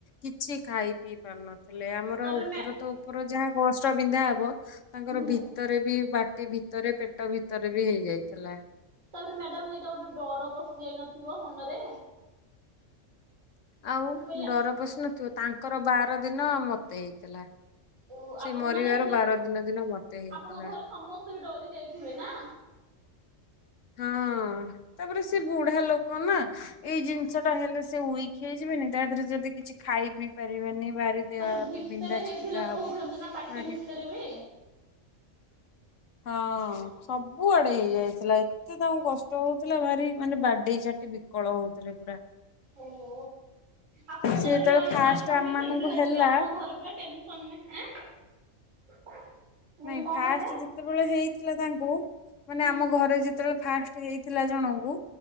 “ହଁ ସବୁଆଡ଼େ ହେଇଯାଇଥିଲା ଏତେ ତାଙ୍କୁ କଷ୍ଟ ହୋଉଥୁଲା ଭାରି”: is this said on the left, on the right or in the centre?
Left